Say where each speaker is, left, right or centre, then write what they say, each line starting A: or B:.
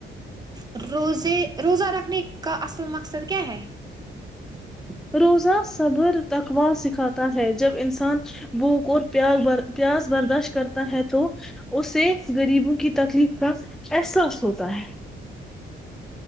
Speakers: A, on the right (about 20°); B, in the centre.
A: روزے روزہ رکھنے کا اصل مقصد کیا ہے <unintelligible>
B: روزہ صبر تقوا سکھاتا ہے جب انسان بھوک اور پیا پیاس برداشت کرتا ہے تو اسے غریبوں کی تکلیف کا احساس ہوتا ہے <unintelligible>